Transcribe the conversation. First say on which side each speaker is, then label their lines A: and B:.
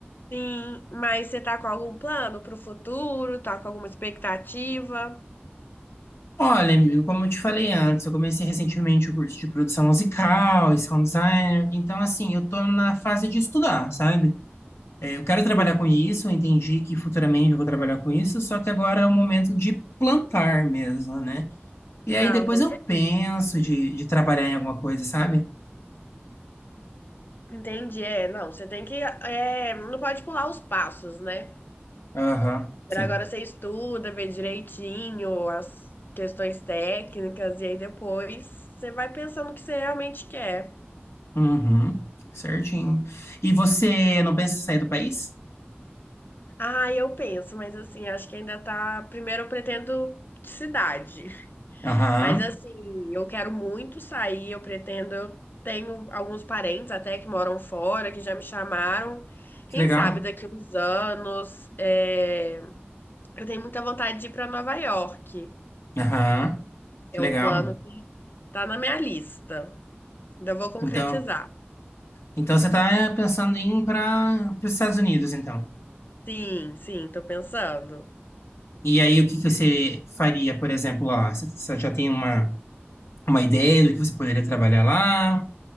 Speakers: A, on the left (about 50°); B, on the left (about 85°).
A: Sim, mas você tá com algum plano pro futuro? Tá com alguma expectativa?
B: Olha, amigo, como eu te falei antes, eu comecei recentemente o curso de produção musical e sound design, então assim, eu tô na fase de estudar, sabe? É, Eu quero
A: Sim.
B: trabalhar com isso, eu entendi que futuramente eu vou trabalhar com isso, só que agora é o momento de plantar mesmo, né? E
A: Não,
B: aí depois
A: com
B: eu
A: certeza.
B: penso de, de trabalhar em alguma coisa, sabe?
A: Entendi, é, não, você tem que, é, não pode pular os passos, né?
B: Aham,
A: Por
B: sim.
A: agora você estuda, vê direitinho as questões técnicas e aí depois você vai pensando o que você realmente quer.
B: Uhum, certinho. E você não pensa em sair do país?
A: Ah, eu penso, mas assim, acho que ainda tá. Primeiro eu pretendo de cidade, <laughs>
B: Aham,
A: mas assim, eu quero muito sair, eu pretendo. Eu tenho alguns parentes até que moram fora, que já me chamaram.
B: que
A: Quem
B: legal.
A: sabe daqui uns anos, é, eu tenho muita vontade de ir para Nova York.
B: Aham, que
A: É
B: legal.
A: um plano que tá na minha lista. Ainda vou concretizar.
B: Então, então você está pensando em ir para os Estados Unidos, então.
A: Sim, sim, tô pensando.
B: E aí o que que você faria, por exemplo, lá? Você você já tem uma, uma ideia do que você poderia trabalhar lá?